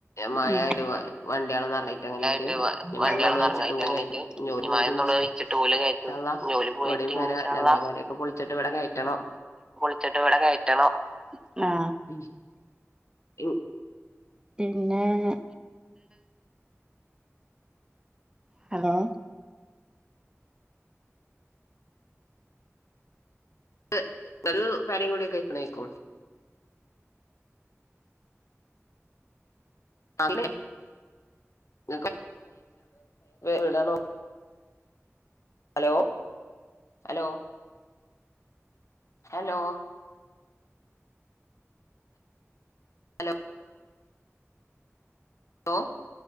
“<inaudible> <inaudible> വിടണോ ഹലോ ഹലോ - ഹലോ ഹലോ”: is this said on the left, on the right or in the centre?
Left